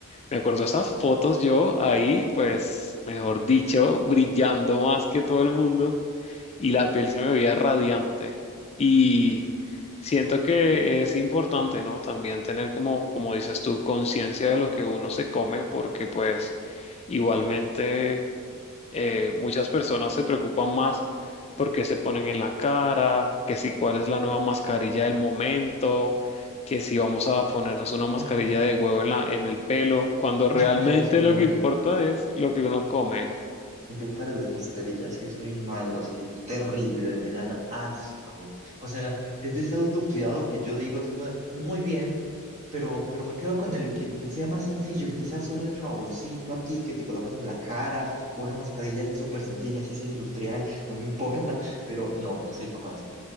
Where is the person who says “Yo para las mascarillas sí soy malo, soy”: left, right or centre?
Right